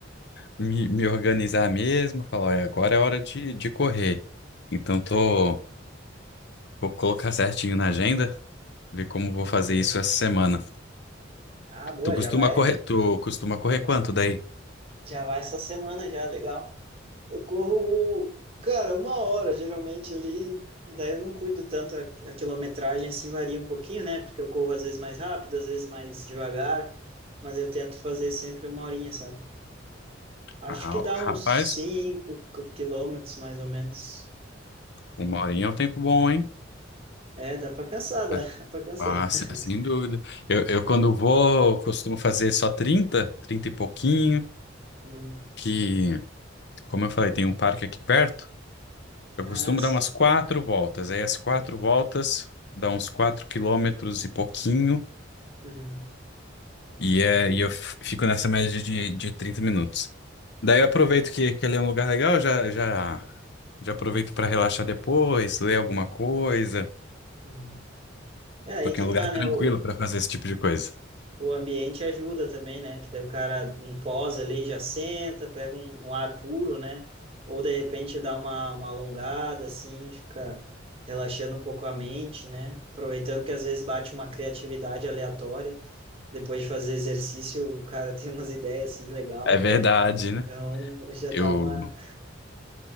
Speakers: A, on the left; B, on the right.
A: me, me organizar mesmo, falar, olha, agora
B: Uhum.
A: é hora de, de correr. Então tô, vou colocar certinho na agenda, ver como vou fazer
B: Boa.
A: isso essa semana.
B: Ah, boa,
A: Tu costuma
B: já vai.
A: correr, tu costuma correr quanto daí?
B: Já vai essa semana já, legal. Eu corro, cara, uma hora geralmente ali, daí eu não cuido tanto a, a quilometragem, assim varia um pouquinho, né? Porque eu corro às vezes mais rápido, às vezes mais devagar, mas eu tento fazer sempre uma horinha, sabe? Acho
A: Ah,
B: que dá
A: rapaz,
B: uns 5 quilômetros mais ou menos.
A: uma horinha é um tempo bom, hein?
B: É, dá pra cansar, dá
A: Ah,
B: <laughs> dá pra cansar.
A: ah,
B: <laughs>
A: se- sem dúvida. Eu, eu quando vou, costumo fazer só 30, 30 e pouquinho,
B: Uhum.
A: que, como eu falei, tem um parque aqui perto. Eu
B: Ah,
A: costumo
B: sim.
A: dar umas quatro voltas. Aí as quatro voltas dá uns quatro quilômetros e pouquinho.
B: Uhum.
A: E, é, e eu f- fico nessa média de, de 30 minutos. Daí eu aproveito que, que ele é um lugar legal, já, já, já aproveito para relaxar depois, ler alguma coisa,
B: Uhum. É aí
A: porque
B: que
A: é um
B: tá,
A: lugar tranquilo
B: né? O,
A: para fazer esse tipo de coisa.
B: O ambiente ajuda também, né? Que daí o cara, um pós ali, já senta, pega um, um ar puro, né? Ou de repente dá uma, uma alongada, assim, fica relaxando um pouco a mente, né? Aproveitando que às vezes bate uma criatividade aleatória. Depois de fazer exercício, o cara <laughs> tem umas ideias, assim, legal.
A: É verdade, né?
B: Então, já
A: Eu.
B: dá uma...